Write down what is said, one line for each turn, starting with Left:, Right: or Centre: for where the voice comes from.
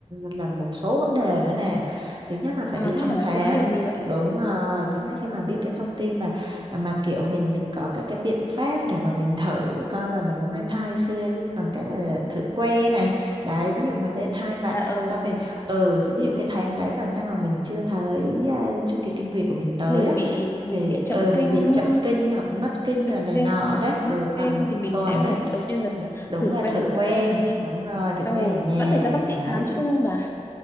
Right: là một số vấn đề nữa nè thứ nhất là phải
Left: À
Right: đi thăm
Left: thế hả?
Right: khám
Left: Có vấn đề gì vậy?
Right: đúng rồi thứ nhất khi mà biết cái thông tin mà mà kiểu mình mình có các cái biện pháp để mà mình thử coi là mình có mang thai xưa bằng cách là thử que này đấy ví dụ mà lên hai vạch
Left: À
Right: sau
Left: ừ,
Right: sau cái ừ ví dụ cái tháng đấy mà sao mà mình chưa thấy à, chu kỳ kinh nguyệt của mình tới
Left: mình
Right: á
Left: bị mình
Right: thì
Left: bị chậm
Right: ờ mình
Left: kinh
Right: bị
Left: đúng
Right: chậm
Left: không?
Right: kinh hoặc mất kinh
Left: Chậm
Right: rồi này
Left: kinh
Right: nọ
Left: hoặc
Right: đấy
Left: mắc
Right: ở
Left: kinh
Right: tầm một
Left: thì mình
Right: tuần
Left: sẽ
Right: đấy
Left: phải đầu tiên là
Right: đúng
Left: thử
Right: là
Left: que
Right: thử
Left: thử
Right: que,
Left: thai
Right: đúng rồi thử
Left: xong
Right: que
Left: rồi
Right: ở nhà
Left: vẫn phải ra bác sĩ
Right: đấy
Left: khám chứ đúng không bà?